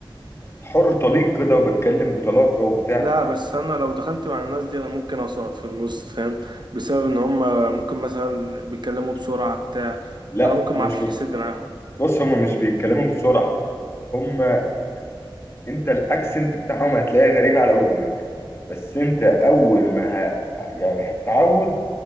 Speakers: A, on the left; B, on the right.
A: حر طليق كده وبتكلم بطلاقة وبتاع
B: لا بس أنا لو دخلت مع الناس دي أنا ممكن أسقط في النص فاهم بسبب إن هما ممكن مثلا بيتكلموا بسرعة بتاع
A: لا
B: فأنا ممكن
A: هو
B: معرفش
A: مش بي...
B: أسد معاهم
A: بص هما مش بيتكلموا بسرعة هما انت الاكسنت بتاعهم هتلاقيه غريب على ودنك بس انت اول ما ه... يعني هتتعود